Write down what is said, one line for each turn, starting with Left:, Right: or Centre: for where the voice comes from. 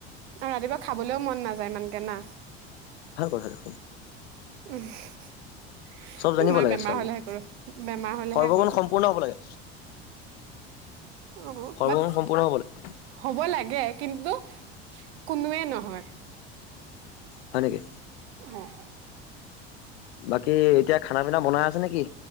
Right: আৰু ৰাতিপুৱা খাবলৈও মন নাযায় ইমানকে না
Left: ভাল কথা দেখোন
Right: <unintelligible>
Left: চব জানিব
Right: মাৰ
Left: লাগে
Right: বেমাৰ
Left: ছোৱালী
Right: হলেহে কৰো, বেমাৰ হলেহে
Left: সৰ্বগুণ
Right: কৰো।
Left: সম্পূৰ্ণ হ'ব লাগে
Right: অ',
Left: সৰ্বগুণ
Right: বাট
Left: সম্পূৰ্ণ হ'ব লাগে
Right: হব লাগে কিন্তু কোনোৱেই নহয়।
Left: হয় নেকি?
Right: অ'।
Left: বাকী এতিয়া খানা <unintelligible> বনাই আছা নেকি?